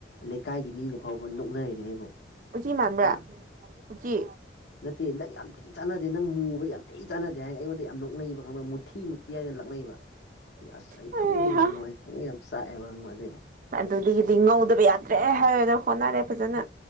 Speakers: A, on the left (about 70°); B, on the right (about 50°).
A: ꯂꯩꯀꯥꯏꯒꯤ ꯃꯤꯅ ꯐꯥꯎꯕ ꯅꯣꯛꯅꯔꯤꯦꯅꯦ ꯑꯩꯕꯨ
B: ꯖꯤ ꯃꯥꯟꯕ꯭ꯔꯥ
A: ꯍꯥ
B: ꯎꯆꯤ
A: ꯅꯠꯇꯦ ꯅꯪ ꯌꯥꯝ ꯊꯤ ꯆꯥꯟꯅꯗꯦ ꯅꯪ ꯃꯨꯕꯁ ꯌꯥꯝ ꯊꯤ ꯆꯥꯟꯅꯗꯦ ꯍꯥꯏꯔꯒ ꯑꯩꯉꯣꯟꯗ ꯌꯥꯝꯅ ꯅꯣꯛꯅꯩꯕ ꯈꯪꯕ꯭ꯔ ꯃꯨ ꯊꯤ ꯃꯨꯊꯤ ꯍꯥꯏꯔꯒ ꯂꯥꯛꯅꯩꯕ ꯑꯁ ꯑꯩ
B: ꯍꯩꯍꯥ
A: ꯊꯃꯣꯏ ꯌꯥꯝ ꯅꯨꯡꯉꯥꯏ ꯊꯃꯣꯏ ꯌꯥꯝ ꯆꯥꯛꯑꯦꯕꯪꯗꯤ
B: ꯑꯗꯨꯗꯒꯤꯗꯤ ꯉꯧꯗꯕ ꯌꯥꯗ꯭ꯔꯦ ꯍꯥꯏꯔꯅ ꯍꯣꯠꯅꯔꯦ ꯐꯖꯅ